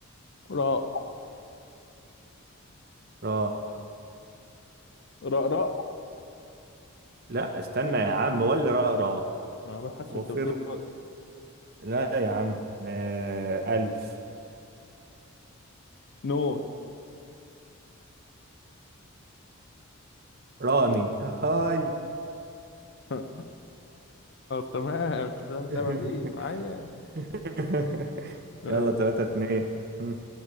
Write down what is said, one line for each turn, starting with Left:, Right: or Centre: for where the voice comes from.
Left: راء
Right: راء
Left: راء راء
Right: لا استنى يا عم ولا راء راء
Left: أنا بحس
Right: وفر
Left: أنت بتقول غلط.
Right: لا يا عم آه، ألف
Left: نون
Right: راني هاي
Left: <laughs> تمام أنت بتلعب اللعبة
Right: <laughs>
Left: دي معايا
Right: <laughs>
Left: ماشي
Right: يلا تلاتة اتنين مم.